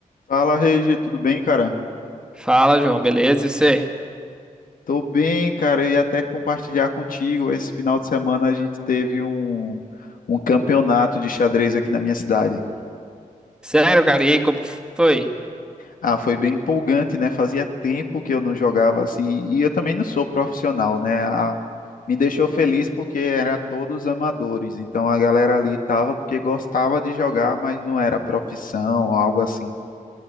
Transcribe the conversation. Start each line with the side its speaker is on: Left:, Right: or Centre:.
Left: Fala, Regi, tudo bem, cara?
Centre: Fala, João, beleza? E você?
Left: Tô bem, cara. Eu ia até compartilhar contigo. Esse final de semana a gente teve um, um campeonato de xadrez aqui na minha cidade.
Centre: Sério, cara, e aí, como que foi?
Left: Ah, foi bem empolgante, né? Fazia tempo que eu não jogava assim. E eu também não sou profissional, né? A- me deixou feliz porque era todos amadores. Então a galera ali tava porque gostava de jogar, mas não era profissão ou algo assim.